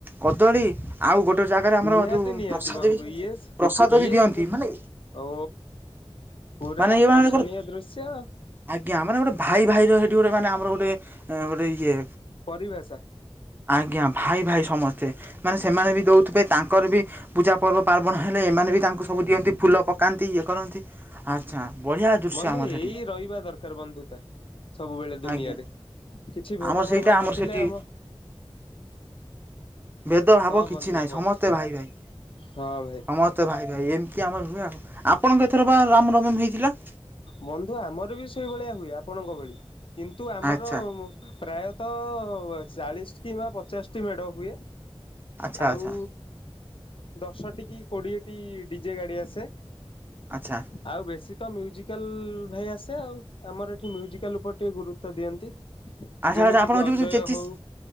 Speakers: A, on the right; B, on the left.
A: କଦଳୀ ଆଉ ଗୋଟେ ଜାଗାରେ ଆମର
B: ନିହାତି
A: ଯୋଉ
B: ନିହାତି
A: ପ୍ରସାଦ
B: ବନ୍ଧୁ
A: ବି
B: ଇଏ
A: ପ୍ରସାଦ
B: ଇଏ
A: ବି ଦିଅନ୍ତି
B: ଗୋଟେ
A: ମାନେ
B: ଓ ପୁରା
A: ମାନେ
B: ଆକର୍ଷଣୀୟ
A: ଇଏ ମାନେ ଗୋଟେ
B: ଦୃଶ୍ୟ।
A: ଆଜ୍ଞା ମାନେ ଗୋଟେ ଭାଇ ଭାଇ ର ସେଠି ଗୋଟେ ମାନେ ଆମର ଗୋଟେ ଗୋଟେ ଇଏ
B: ପରିଭାଷା
A: ଆଜ୍ଞା ଭାଇ ଭାଇ ସମସ୍ତେ। ମାନେ ସେମାନେ ବି ଦଉଥିବେ ତାଙ୍କର ବି ପୂଜା ପର୍ବ ପାର୍ବଣ ହେଲେ ଏମାନେ ବି ତାଙ୍କୁ ସବୁ ଦିଅନ୍ତି ଫୁଲ ପକାନ୍ତି ଇଏ କରନ୍ତି। ଆଚ୍ଛା ବଢ଼ିଆ ଦୃଶ୍ୟ
B: ବନ୍ଧୁ
A: ଆମର ସେଠି
B: ଏଇ ରହିବା ଦରକାର ବନ୍ଧୁତା। ସବୁବେଳେ ଦୁନିଆରେ
A: ଆଜ୍ଞା
B: କିଛି ଭେଦଭାବ
A: ଆମର ସେଇଟା
B: ନଥିଲେ
A: ଆମର ସେଠି
B: ଆମ
A: ଭେଦ ଭାବ
B: ହଁ
A: କିଛି
B: ବନ୍ଧୁ
A: ନାହିଁ
B: କୁହନ୍ତୁ
A: ସମସ୍ତେ ଭାଇ ଭାଇ ସମସ୍ତ
B: ହଁ ଭାଇ
A: ତ ଭାଇ ଭାଇ ଏମିତି ଆମର ହୁଏ ଆଉ। ଆପଣଙ୍କ ଏଥର ବା ରାମ ନବମୀ ହେଇଥିଲା
B: ବନ୍ଧୁ ଆମର ବି ସେଇଭଳିଆ ହୁଏ ଆପଣଙ୍କ ଭଳି। କିନ୍ତୁ ଆମର
A: ଆଚ୍ଛା
B: ପ୍ରାୟତଃ ତ ଚାଳିଶ କିମ୍ବା ପଚାଶଟି ମେଡ଼ ହୁଏ।
A: ଆଚ୍ଛା
B: ଆଉ
A: ଆଚ୍ଛା
B: ଦଶଟି କି କୋଡ଼ିଏଟି ଡି ଜେ ଗାଡ଼ି ଆସେ।
A: ଆଚ୍ଛା।
B: ଆଉ ବେଶୀ ତ ମ୍ୟୁଜିକାଲ ଭାଇ ଆସେ ଆଉ ଆମର ଏଠି ମ୍ୟୁଜିକାଲ ଉପରେ ଟିକେ ଗୁରୁତ୍ଵ ଦିଅନ୍ତି।
A: ଆଚ୍ଛା
B: ଯେମିତି
A: ଆଚ୍ଛା ଆପଣଙ୍କ
B: କିି
A: ଯୋଉ
B: ଅଜୟ
A: ଚେଚିସ୍
B: ହଉ